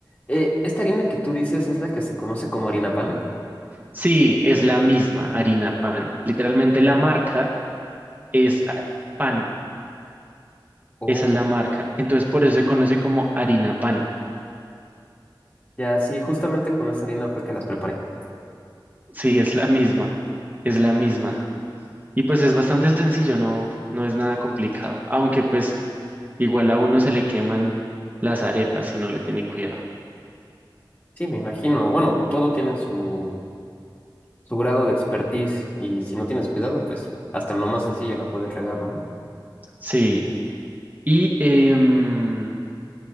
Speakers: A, on the left; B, on the right.
A: Eh, ¿esta harina que tú dices es la que se conoce como harina pan?
B: Sí, es la misma harina pan. Literalmente la marca es ah, pan.
A: Oh,
B: Esa es la marca. Entonces por eso se conoce como harina pan.
A: ya, sí, justamente con esa harina fue que las preparé.
B: Sí, es la misma. Es la misma. Y pues es bastante sencillo, no, no es nada complicado. Aunque pues Igual a uno se le queman las arepas si no le tiene cuidado.
A: Sí, me imagino. Bueno, todo tiene su, su grado de expertise y si no tienes cuidado, pues hasta en lo más sencillo la puedes regar, ¿no?
B: Sí. Y em,